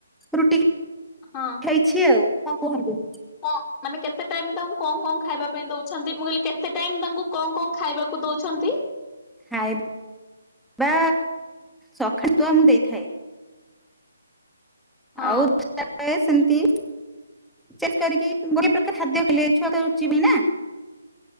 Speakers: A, in the centre; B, on the left (about 20°).
A: ରୁଟି
B: ହଁ
A: ଖାଇଛି ଆଉ। ହଁ କୁହନ୍ତୁ।
B: କଣ ମାନେ କେତେ ଟାଇମ୍ ତାଙ୍କୁ କଣ କଣ ଖାଇବା ପାଇଁ ଦୋଉଛନ୍ତି ମୁଁ କହିଲି କେ କେତେ ଟାଇମ୍ ତାଙ୍କୁ କଣ କଣ ଖାଇବାକୁ ଦୋଉଛନ୍ତି।
A: ଖାଇବା ସକାଳୁ ଛତୁଆ ମୁ ଦେଇଥାଏ।
B: ହଁ
A: ଆଉ ସେମତି ଚେସ୍ କରିକି ଗୋଟେ ପ୍ରକାର ଖାଦ୍ୟ ଖଲେ ଛୁଆ ତ ରୁଚିବନି ନା।